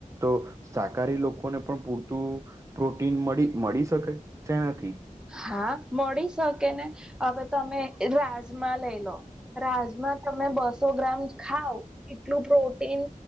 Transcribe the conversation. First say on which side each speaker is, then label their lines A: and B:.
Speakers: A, on the right (about 20°); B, in the centre.
A: તો શાકાહારી લોકોને પણ પૂરતું પ્રોટી ટીન મળી મળી શકે? શેનાથી?
B: હા મળી શકે ને હવે તમે રાજમા લઈ લો રાજમા તમે બસો ગ્રામ ખાવ એટલું પ્રોટીન